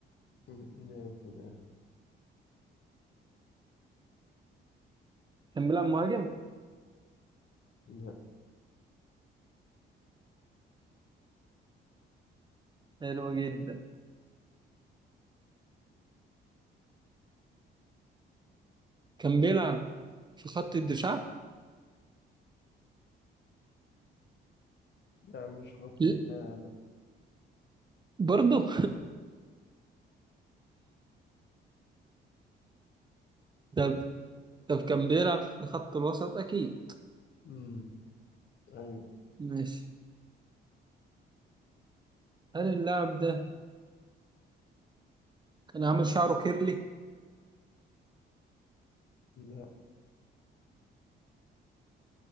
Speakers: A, on the left; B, on the right.
A: مم. لا كده
B: كان بيلعب مهاجم
A: لا
B: حلو جدا كان بيلعب في خط الدفاع
A: لا مش خط
B: ل-
A: دفاع لا
B: برضه <laughs> طب طب كان بيلعب في خط الوسط أكيد
A: مم. أيوه
B: ماشي هل اللاعب ده كان عامل شعره كيرلي؟
A: لا